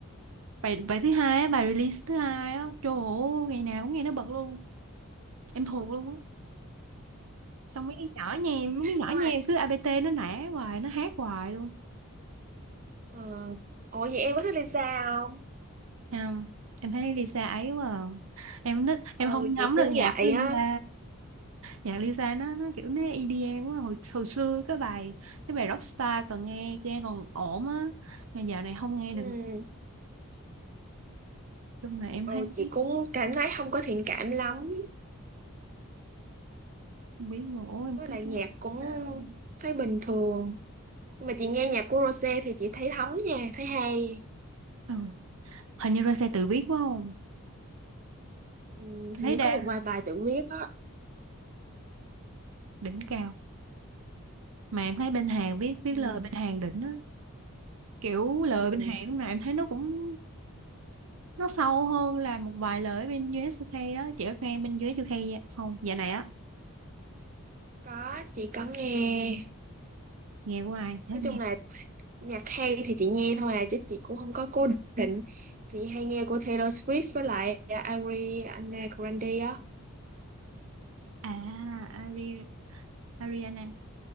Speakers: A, on the right; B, on the right.
A: bài bài thứ hai á, bài release thứ hai á trời ơi ngày nào cũng nghe nó bật luôn em thuộc luôn á xong mấy đứa nhỏ nhà em mấy đứa nhỏ
B: nhưng mà
A: nhà em cứ APT nó nã hoài nó hát hoài luôn
B: uh, ủa vậy em có thích Lisa không
A: không em thấy Lisa ấy quá à. em thích em
B: ừ
A: không ngắm
B: chị cũng
A: được nhạc
B: vậy
A: của Lisa
B: á
A: nhạc Lisa nó nó kiểu nó EDM quá hồi hồi xưa cái bài cái bài Rockstar còn nghe nghe còn ổn á mà dạo này không nghe
B: ừ,
A: được chung là em
B: ừ
A: thấy
B: chị cũng cảm thấy không có thiện cảm lắm
A: không biết mà, ôi em
B: với
A: cứ
B: lại nhạc
A: thấy là
B: cũng
A: sao
B: thấy bình thường nhưng mà chị nghe nhạc của Rosé thì chị thấy thấm nha thấy hay
A: ừ. hình như ra xe tự viết quá không
B: ừ,
A: em
B: hình
A: thấy
B: như
A: đa
B: có một vài bài tự viết á
A: đỉnh cao mà em thấy bên Hàn viết viết
B: ừ,
A: lời bên Hàn đỉnh á kiểu lời
B: ừ
A: bên Hàn lúc nào em thấy nó cũng nó sâu hơn là một vài lời bên US UK á chị có nghe bên US UK dạ- không dạo này á
B: có chị có nghe
A: nghe của ai hết
B: nói
A: nghe
B: chung là Nhạc hay thì chị nghe thôi à, chứ chị cũng không có cố định. Chị hay nghe của Taylor Swift với lại à, Ariana Grande á.
A: à Ari Ariana